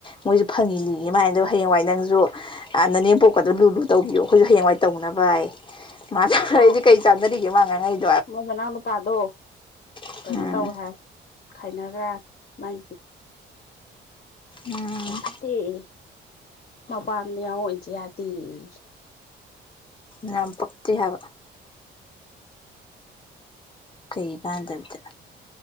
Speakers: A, on the left (about 25°); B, on the left (about 45°).
A: ꯃꯣꯏꯖꯨ ꯐꯪꯉꯤꯅꯦꯌꯦ ꯍꯌꯦꯡꯋꯥꯏ ꯅꯪꯁꯨ ꯅꯅꯦꯝꯄꯣꯛꯀꯗꯣ ꯂꯨꯨ ꯇꯧꯕꯤꯌꯣ ꯍꯌꯦꯡꯋꯥꯏ ꯇꯧꯅꯕꯌꯦ ꯃꯥ ꯍꯥꯏꯗꯣ
B: ꯑꯥ
A: ꯑꯩꯁꯦ ꯀꯩ ꯆꯥꯟꯅꯔꯤꯒꯦ ꯃꯥ ꯉꯡꯉꯛꯏꯗꯣ
B: ꯃꯣꯏ ꯃꯅꯥꯎ ꯅꯨꯨꯄꯥꯗꯣ
A: ꯑꯩꯅ
B: ꯀꯩꯅꯣ ꯇꯧꯋꯦ ꯍꯥꯏ ꯈꯥꯏꯅꯈ꯭ꯔꯦ ꯍꯥꯏ ꯃꯥꯏ
A: ꯎꯝ
B: ꯌꯥꯝ ꯐꯠꯇꯦꯌꯦ ꯃꯄꯥꯝꯗ ꯌꯑꯣꯡ ꯏꯖ ꯌꯗꯦꯌꯦ
A: ꯌꯥꯝ ꯄꯛꯇꯦ ꯍꯥꯏꯕ ꯀꯩ ꯀꯥꯟꯗꯕꯗ